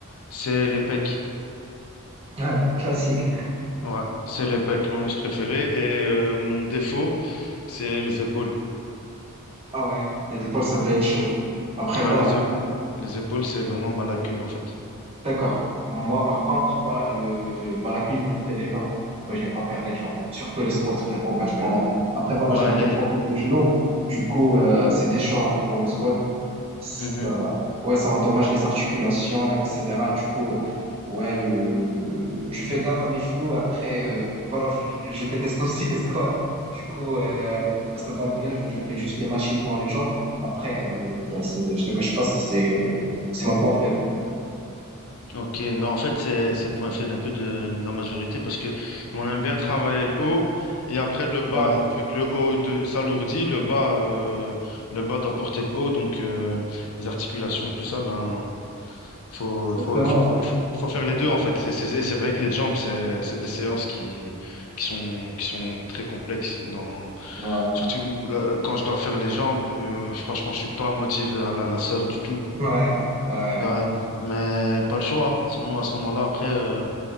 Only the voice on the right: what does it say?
<laughs> Classique.
Ah ouais, les épaules, ça peut être chaud. Après,
voilà.
D'accord. Moi, par contre, voilà, le, ma lacune, c'est c'est les jambes. Ouais, j'aime pas faire les jambes. Surtout les squats, frérot, bah, je galère. Après, voilà,
j'avais
des problèmes de genoux. Du coup, euh, c'était chaud un peu pour les squats. Ça,
ouais, ça endommage les articulations, etc. Du coup, euh, ouais, euh, je fais gaffe à mes genoux et après, euh, voilà, je, je déteste aussi les squats. Du coup, euh, bah, ça tombe bien, je, je fais juste les machines pour les jambes. Après, euh, ben, c'est- je te cache pas, c'est c'est euh, c'est mon point faible.
Ouais,
exactement.
Ouais,
ouais, ouais,